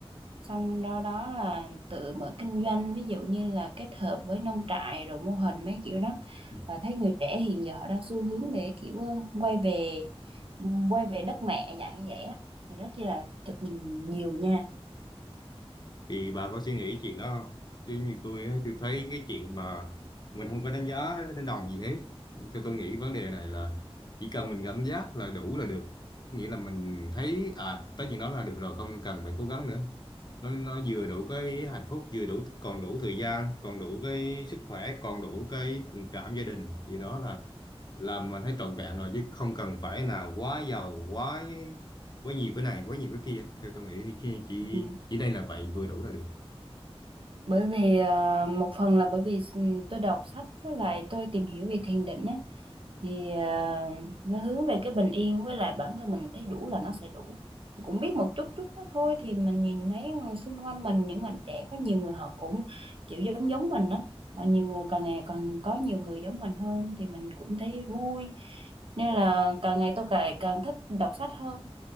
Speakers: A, on the right; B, on the left.
A: xong đó đó là tự mở kinh doanh ví dụ như là kết hợp với nông trại rồi mô hình mấy kiểu đó
B: ừ.
A: là thấy người trẻ hiện giờ họ đang xu hướng để kiểu ờ, quay về quay về đất mẹ dạng như vậy á Thì rất là thực- nhiều nha
B: thì bà có suy nghĩ chuyện đó không chứ như tôi ấy, tôi thấy cái chuyện mà mình không có đánh giá đánh đồng gì hết tôi tôi nghĩ vấn đề này là chỉ cần mình cảm giác là đủ là được nghĩa là mình thấy à tới chuyện đó là được rồi không cần phải cố gắng nữa nó nó vừa đủ cái hạnh phúc vừa đủ còn đủ thời gian còn đủ cái sức khỏe còn đủ cái tình cảm gia đình gì đó là làm mình thấy trọn vẹn rồi chứ không cần phải là quá giàu quá quá nhiều cái này quá nhiều cái kia thì tôi nghĩ chỉ chỉ,
A: Ừ.
B: chỉ đây là vậy vừa đủ là được
A: bởi vì ờ, một phần là bởi vì ừ, tôi đọc sách với lại tôi tìm hiểu về thiền định á thì ờ, nó hướng về cái bình yên với lại bản thân mình thấy đủ là nó sẽ đủ cũng biết một chút chút đó thôi thì mình nhìn thấy xung quanh mình những bạn trẻ có nhiều người họ cũng kiểu giống giống mình đó và nhiều người càng ngày còn có nhiều người giống mình hơn thì mình cũng thấy vui nên là càng ngày tôi càng càng thích đọc sách hơn